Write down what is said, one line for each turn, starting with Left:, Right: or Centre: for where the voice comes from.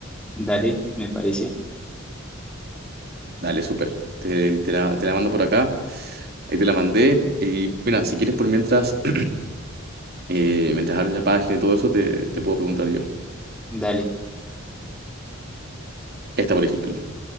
Centre: Dale, me parece.
Right: Dale, súper. Te, te la, te la mando por acá. Ahí te la mandé. Y mira, si quieres por mientras, <clears throat> eh, mientras abres la página y todo eso, te, te puedo preguntar yo.
Centre: Dale.
Right: Esta, por ejemplo.